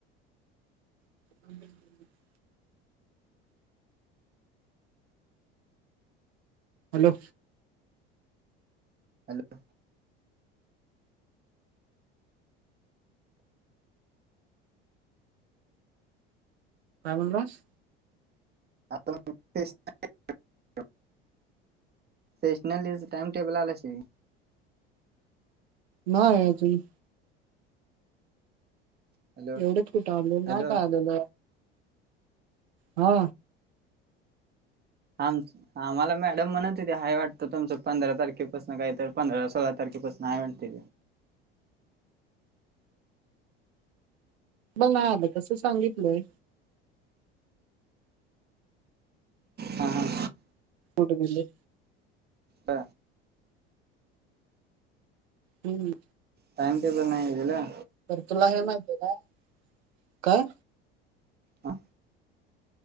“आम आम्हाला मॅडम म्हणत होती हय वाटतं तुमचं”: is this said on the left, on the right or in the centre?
Right